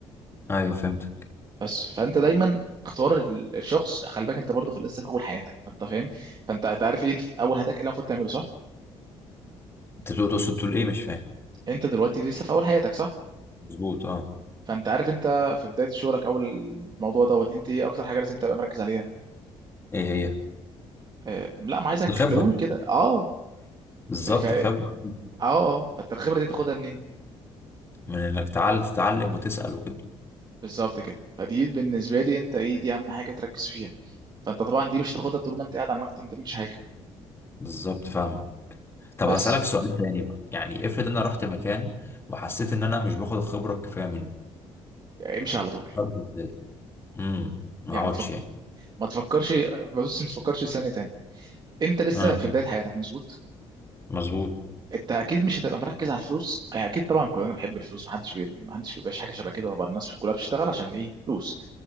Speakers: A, on the left (about 20°); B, on the right (about 40°).
A: ايوه فهمتك
B: بس فانت دايما اختار ال- الشخص خلي بالك انت برضه في لسه في اول حياتك فانت فاهم فانت أنت عارف ايه في اول حياتك ايه اللي المفروض تعمله صح
A: انت بتقول- تقصد تقول ايه مش فاهم
B: انت دلوقتي لسه في اول حياتك صح
A: مظبوط اه
B: فانت عارف انت في بدايه شغلك اول الموضوع دوت انت ايه اكتر حاجه لازم تبقى مركز عليها
A: ايه هي
B: آه لا ما عايزك
A: الخبرة
B: تقول كده اه
A: بالظبط
B: ف اه
A: الخبرة
B: اه فانت الخبره دي تاخدها منين
A: من انك تعال تتعلم وتسأل وكده
B: بالظبط كده فدي بالنسبه لي انت ايه دي اهم حاجه تركز فيها فانت طبعا دي مش تاخدها طول ما انت قاعد على المكتب ما تعملش حاجه
A: بالظبط فاهمك طب
B: بس
A: هسألك سؤال تاني بقى يعني افرض انا رحت مكان وحسيت ان انا مش باخد الخبرة الكفاية منه
B: امشي على طول
A: أرجع إزاي؟ امم ما
B: يعني
A: اقعدش
B: ما تفكر
A: يعني
B: ما تفكرش بص ما تفكرش ثانيه تانية انت لسه
A: اه
B: في بدايه حياتك مظبوط
A: مظبوط
B: انت اكيد مش هتبقى مركز على الفلوس يعني اكيد طبعا كلنا بنحب الفلوس محدش بي... محدش بيبقاش حاجه شبه كده طبعا الناس كلها بتشتغل عشان ايه فلوس